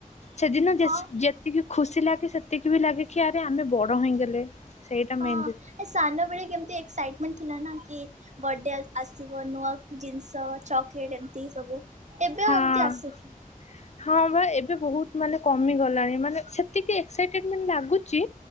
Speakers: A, on the left; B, on the right.
A: ସେଦିନ ଯେସ
B: ହଁ।
A: ଯେତିକି ଖୁସି ଲାଗେ ସେତିକି ବି ଲାଗେ କି ଆରେ ଆମେ ବଡ ହେଇଁଗଲେ। ସେଇଟା ମେ
B: ଅଁ ଏ ସାନବେଳେ କେମତି, ଏକ୍ସାଇଟ୍ ମାନେ ଥିଲା ନା, କି ବର୍ଡେ ଆସିବ, ନୂଆ ଜିନିଷ, ଚକ୍ ଲେଟ ଏମିତି ସବୁ ଏବେ ଆଉ,
A: ହଁ।
B: ଏମିତି ଆସୁନି।
A: ହଁ ବା, ଏବେ ବହୁତ ମାନେ କମି ଗଲାଣି। ମାନେ ସେତିକି ଏକ୍ସାଇଟେଟ୍ ମେଣ୍ଟ ଲାଗୁଛି